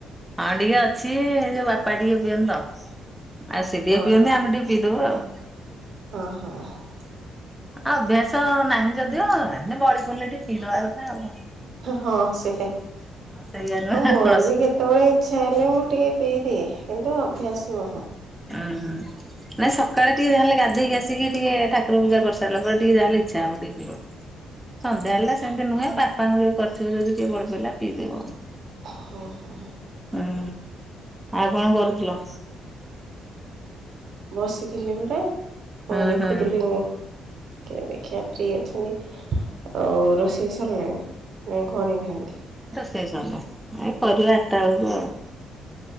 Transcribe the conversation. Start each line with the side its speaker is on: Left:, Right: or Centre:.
Centre: ହଁ ଟିକେ ଅଛି ଏ ଯୋଉ ବାପା ଟିକେ ପିଅନ୍ତି ତ ଆଉ ସେ ଟିକେ
Right: ହଁ
Centre: ପିଅନ୍ତି
Right: ହଁ
Centre: ଆମେ ଟିକେ ପିଇଦବୁ ଆଉ।
Right: ହଁ ହଁ
Centre: ଆ ଅଭ୍ୟାସ ନାହିଁ ଯଦିଓ ହେନ୍ତି ବଳି ପଡ଼ିଲେ ଟିକେ ପିଇଦବା କଥା ଆଉ।
Right: ହଁ ସେଟା ଆଉ
Centre: ହଁ ସେଇଆ ନୁହଁ
Right: ମୋର
Centre: ହୁଁ
Right: ବି କେତେବେଳେ ଇଛା ହେଲେ ମୁଁ ଟିକେ ପିଇ ଦିଏ। କିନ୍ତୁ ଅଭ୍ୟାସ ନୁହଁ।
Centre: ଓହୋ ନାଇଁ ସକାଳେ ଟିକେ ଯାହାହେଲେ ଗାଧେଇକି ଆସିକି ଟିକେ ଠାକୁର ପୂଜା କରିସାରିଲା ପରେ ଟିକେ ଯାହାହେଲେ ଇଚ୍ଛା ହବ ଟିକେ ପିଇବାକୁ। ସନ୍ଧ୍ୟା ବେଳ ଟା ସେମିତି ନୁହେଁ ବା ଚା ଯଦି କରିଥିବ ଯଦି ଟିକେ ବଳିପଳିଲା ପିଇଦବୁ ଆଉ।
Right: ହୁଁ ହୁଁ।
Centre: ହୁଁ ଆଉ କଣ କରୁଥିଲ?
Right: ବସିଥିଲି ପରା
Centre: ହୁଁ
Right: ମୁଁ ଦେଖୁଥିଲି
Centre: ହୁଁ।
Right: କିଏ ଦେଖିବା ପ୍ରି ଅଛନ୍ତି ଆଉ ରୋଷେଇ ସରିଲାଣି? ନାଇଁ ଘରେନାହାନ୍ତି।
Centre: ସେଇ ସମୟ ଆ କରିବା ଆଠଟା ବେଳକୁ